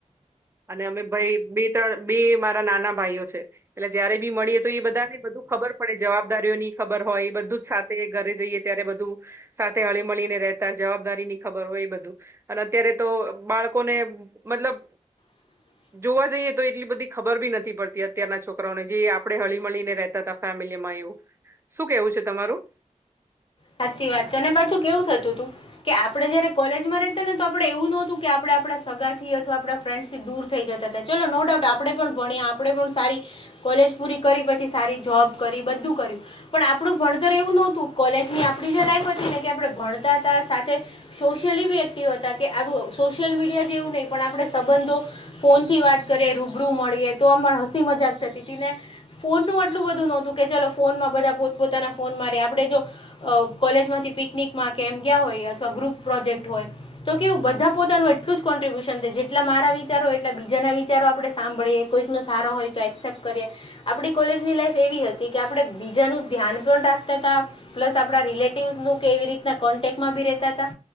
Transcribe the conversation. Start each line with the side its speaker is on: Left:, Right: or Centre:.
Right: અને અમે ભાઈ બી ત્રણ બી મારા નાના ભાઈઓ છે. એટલે જયારે બી મળીએ તો એ બધા ને બધું ખબર પડે જવાબદારીઓ ની ખબર હોય એ બધું સાથે ઘરે જઈએ ત્યારે બધું સાથે હળી મળીને રહેતા જવાબદારી ની ખબર હોય એ બધું અને અત્યારે તો બાળકોને મતલબ
Left: <inaudible>
Right: જોવા જઈએ તો એટલી બધી ખબર બી નથી પડતી અત્યારના છોકરાઓને જે આપડણે હળી મળીને રહેતા હતા ફેમિલીમાં એવું શું કેવું છે તમારું
Left: સાચી વાત છે અને પાછું કેવું થતું તું કે આપડે જયારે કોલેજમાં રેતા ને તો આપડે એવું નતું કે આપણે આપડા સગાથી અથવા આપ ફ્રેન્ડ્સથી દૂર થઈ જતા હતા ચલો નો ડાઉટ આપણે પણ ભણ્યા આપણે પણ સારી કોલેજ પૂરી કરી પછી સારી જોબ કરી બધું કર્યું પણ આપણું ભણતર એવું નહોતું કોલેજ ને આપણી જે લાઈફ હતી ને કે આપણે ભણતા હતા સાથે. સોશિયલી બી એક્ટિવ હતા કે આવુ સોશિયલ મીડિયા જેવું નય કે આપણે સંબંધો ફોન થી વાત કરયે, રૂબરૂ મળીએ તો આમાં હસી મજાક થતી હતી ને ફોનનું આટલું બધું નોતું કે ચલો ફોનમાં બધા પોત પોતાના ફોન મા રેય આપણે જો. અ કોલેજમાંથી પિકનિકમાં કે એમ ગીયા હોય અથવા ગ્રુપ પ્રોજેક્ટ હોય. તો કેવું બધા પોતાનું એટલું જ કોન્ટ્રિબ્યુશન જેટલા મારા વિચારો એટલા બીજાના વિચારો આપણે સાંભળીએ. કોઈકનો સારો હોય તો એક્સેપ્ટ કરીએ. આપડી કોલેજની લાઈફ એવી હતી કે આપડે બીજાનું ધ્યાન પણ રાખતા તા. પ્લસ આપણા રિલેટિવસ નું કે એવી રીતના કોન્ટેકમાં ભી રેતા તા.